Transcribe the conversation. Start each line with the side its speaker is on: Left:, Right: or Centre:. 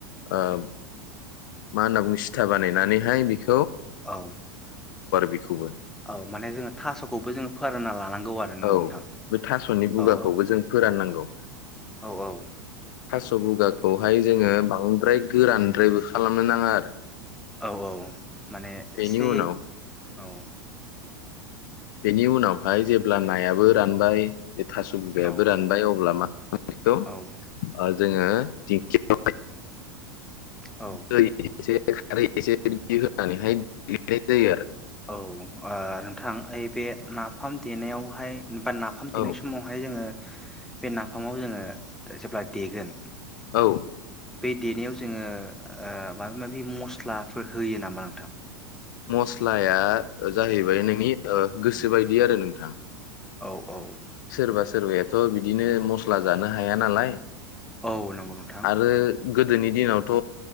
Left: ओब मा होनना बुङो सिथा बानायनानैहाय बेख
Centre: औ
Left: बेखौबो
Centre: औ माने जोङो थास'खौबो जोङो फोरानना लानांगौ आरो न
Left: औ
Centre: नोंथां
Left: बे थास'नि बुगाखौबो
Centre: औ औ
Left: जों फोरान नांगौ।
Centre: औ औ।
Left: स' बुगाखौहाय जोङो बांद्राय गोरानद्रायबो खालामनो नाङा आरो
Centre: औ औ माने
Left: बेनि
Centre: एसेयै
Left: उनाव
Centre: औ।
Left: बेनि उनावहाय जेब्ला नायाबो रानबाय बे थास' बुगायाबो
Centre: औ
Left: रानबाय अब्ला मा? <unintelligible>
Centre: औ
Left: जोङो <unintelligible>
Centre: औ
Left: जायो एसे। खारै एसे बिदि होनानैहाय लिरनाय जायो आरो
Centre: औ ओ नोंथां ओइ बे नाफाम देनायावहाय बा नाफाम
Left: आरो
Centre: देनाय समावहाय जोङो बे नाफामाव जोङो जेब्ला देगोन
Left: औ औ
Centre: बे देनायाव ज जोङो ओ माबा माबि मस्लाफोर होयो नामा नोंथां?
Left: मस्लाया जाहैबाय नोंनि ओ गोसोबायदि आरो नोंथां।
Centre: औ औ
Left: सोरबा सोरबायाब थ' बिदिनो मस्ला जानो हाया नालाय
Centre: औ नंगौ नोंथां।
Left: आरो गोदोनि दिनावथ'